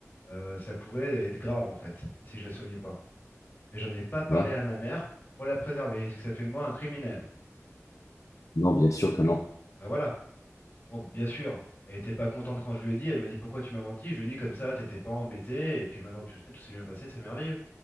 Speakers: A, on the left (about 45°); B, on the left (about 70°).
A: Euh, ça pouvait être grave, en fait, si je la soignais pas. Mais j'en ai pas parlé
B: ouais,
A: à ma mère pour la préserver. Est-ce que ça fait de moi un criminel?
B: non, bien sûr que non.
A: Bah voilà. Bon, bien sûr, elle était pas contente quand je lui ai dit. Elle m'a dit, pourquoi tu m'as menti? Je lui ai dit, comme ça, t'étais pas embêté. Et puis maintenant, tu le sais, tout s'est bien passé, c'est merveilleux.